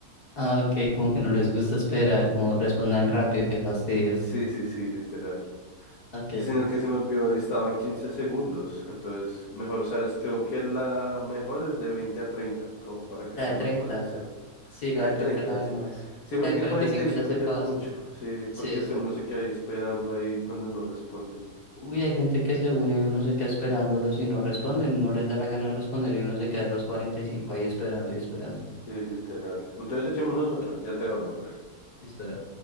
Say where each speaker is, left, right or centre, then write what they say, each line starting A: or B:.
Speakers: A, on the left (about 40°); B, on the left (about 70°).
A: Ah, ok, como que no les
B: Sí,
A: gusta esperar, como respondan rápido, qué fastidio.
B: sí, sí, sí, literal.
A: Ok.
B: Sino que se me olvidó, estaba en 15 segundos. Entonces, mejor, ¿sabes? Creo que la mejor es de 20 a 30 como para que
A: La
B: sea
A: de
B: más
A: 30,
B: balanceado.
A: Sí,
B: La
A: la de
B: de
A: 30
B: 30
A: es la de
B: sí.
A: más.
B: Sí,
A: La
B: porque
A: de cuarenta
B: cuarenta
A: y cinco
B: y cinco
A: ya se
B: ya
A: pasa.
B: es mucho. Sí,
A: Sí,
B: porque
A: exacto.
B: se- uno se queda ahí esperando ahí cuando no responden.
A: Uy, hay gente que se une y uno se queda esperándolos y no responden, no les da la gana de responder y uno se queda a los 45 ahí esperando y esperando.
B: Sí, literal. Entonces, echémonos otra. Ya te hablo, bro.
A: Listo,